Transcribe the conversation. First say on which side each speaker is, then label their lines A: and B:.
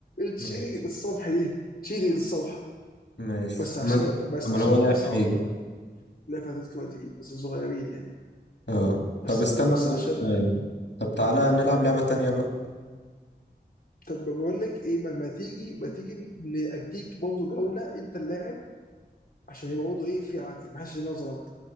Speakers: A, on the left; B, on the left.
A: تشيلك
B: ماشي
A: للصبح دي تشيلك للصبح
B: ماشي
A: بس عشان
B: اما انت
A: بس
B: امال
A: عشان
B: هو لعب
A: انا صعبت
B: في ايه
A: لعبة اتلتيكو مدريد بس صغيرين يعني
B: اه
A: بس
B: طب استنى
A: بس
B: طيب
A: عشان
B: آه، طب تعالى نلعب لعبة تانية بقى
A: طب بقول لك ايه ما ما تيجي ما تيجي نديك برضه جولة انت اللاعب عشان يبقى برضه ايه في عدل ما حدش ينظر انت